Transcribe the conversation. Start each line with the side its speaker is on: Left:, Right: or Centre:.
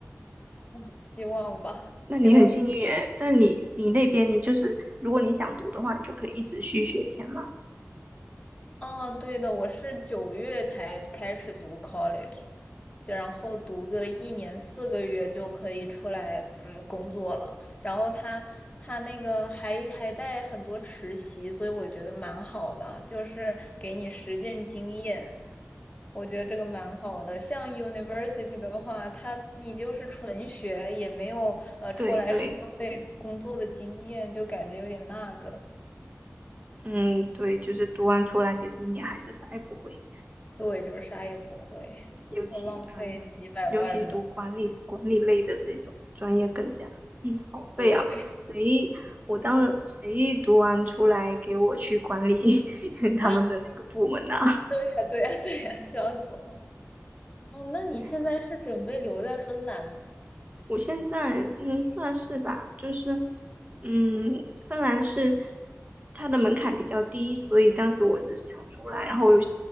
Left: 嗯希望吧，<laughs>
Right: 那你很幸运诶，
Left: 希望。
Right: 但你你那边你就是，如果你想读的话，你就可以一直续学签嘛。
Left: 啊，对的，我是九月才开始读 college，然后读个一年四个月就可以出来，嗯，工作了。然后他他那个还还带很多实习，所以我觉得蛮好的，就是给你实践经验。我觉得这个蛮好的。像 university 的话，他你就是纯学，也没有呃出来社会工作的经验，
Right: 对对，
Left: 就感觉有点那个。
Right: 嗯，对，就是读完出来，其实你还是啥也不会，
Left: 对，就是啥也不会，
Right: 尤其嗯，
Left: 我浪费几百万的，
Right: 尤其读管理管理类的这种专业更加，嗯，好废啊！
Left: 对。
Right: 谁我当谁读完出来给我去管理 <laughs> 他们的那个部门呐、
Left: <laughs> 对呀，对呀，对呀，笑死我了。哦，
Right: <laughs>
Left: 那你现在是准备留在芬兰吗？
Right: 对啊我现在嗯算是吧，就是嗯，芬兰是它的门槛比较低，所以当时我是想出来，然后我又